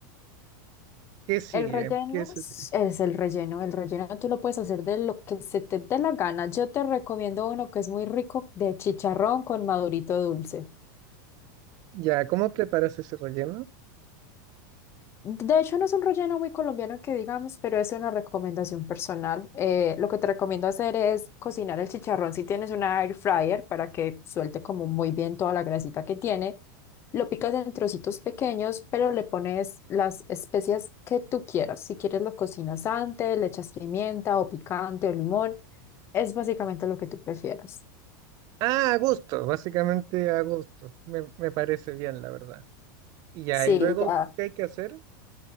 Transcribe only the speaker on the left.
El relleno
es,
es el relleno. El relleno tú lo puedes hacer de lo que se te dé la gana. Yo te recomiendo uno que es muy rico de chicharrón con madurito dulce.
De hecho, no es un relleno muy colombiano que digamos, pero es una recomendación personal. Eh, lo que te recomiendo hacer es cocinar el chicharrón si tienes una air fryer para que suelte como muy bien toda la grasita que tiene. Lo picas en trocitos pequeños, pero le pones las especias que tú quieras. Si quieres lo cocinas antes, le echas pimienta o picante o limón. Es básicamente lo que tú prefieras.
Sí,
ya.